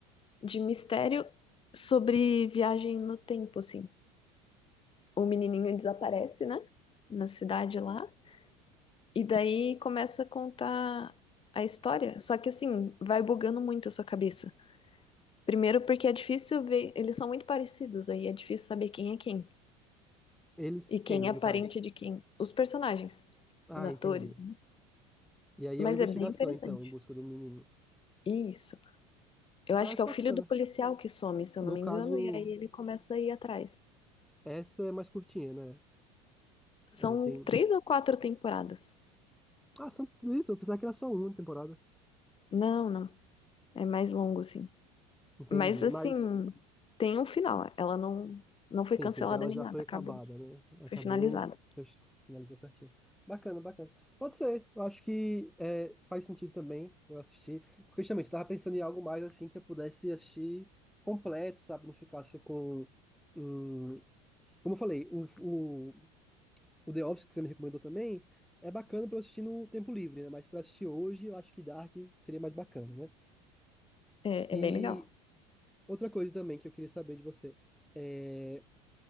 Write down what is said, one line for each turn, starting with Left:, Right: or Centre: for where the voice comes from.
Left: de mistério sobre viagem no tempo, assim. O menininho desaparece, né? Na cidade lá. E daí começa a contar a história. Só que assim, vai bugando muito a sua cabeça. Primeiro porque é difícil ver, eles são muito parecidos, aí é difícil saber quem é quem
Centre: Eles,
Left: e quem
Centre: quem, no
Left: é parente
Centre: caso?
Left: de quem. Os personagens,
Centre: Ah,
Left: os atores,
Centre: entendi.
Left: né?
Centre: E aí
Left: Mas
Centre: é uma investigação,
Left: é bem interessante.
Centre: então, em busca do menino.
Left: Isso. Eu acho
Centre: Parece
Left: que é
Centre: bacana.
Left: o filho do policial que some, se eu
Centre: No
Left: não me
Centre: caso,
Left: engano, e aí ele começa a ir atrás.
Centre: essa é mais curtinha, né?
Left: São
Centre: Ela tem.
Left: três ou quatro temporadas.
Centre: Ah, são tudo isso? Eu pensava que era só uma temporada.
Left: Não, não. É mais longo, assim.
Centre: Entendi.
Left: Mas assim,
Centre: Mas,
Left: tem um final. Ela não, não foi
Centre: sim,
Left: cancelada
Centre: sim, então ela
Left: nem
Centre: já
Left: nada,
Centre: foi
Left: acabou.
Centre: acabada, né? Acabou,
Left: Foi finalizada.
Centre: fech- finalizou certinho. Bacana, bacana. Pode ser, eu acho que é, faz sentido também eu assistir. Porque justamente eu tava pensando em algo mais assim que eu pudesse assistir completo, sabe? Não ficasse com. hum, como eu falei, o, o, o The Office que você me recomendou também é bacana pra eu assistir no tempo livre, né? Mas pra assistir hoje, eu acho que Dark seria mais bacana, né?
Left: É,
Centre: E
Left: é bem legal.
Centre: Outra coisa também que eu queria saber de você é